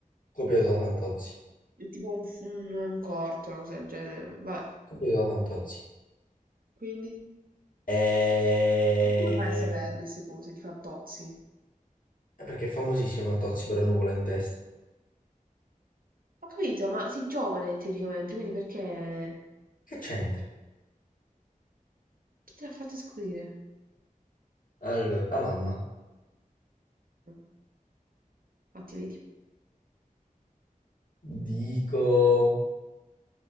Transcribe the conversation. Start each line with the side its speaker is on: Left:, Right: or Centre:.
Left: Copiato da Fantozzi.
Right: È tipo un, f- un- un corto, una cosa del genere. Vabbè,
Left: Copiato da Fantozzi.
Right: quindi...
Left: E...
Right: Come fai a saperle queste cose? Ti fa tozzi?
Left: è perché è famosissimo Fantozzi per la nuvola in testa.
Right: Ho capito, ma sei giovane teoricamente, quindi perché...
Left: Che c'entra?
Right: Chi te l'ha fatta scoprire?
Left: Allora, la mamma.
Right: Mm, Infatti, vedi.
Left: Dico...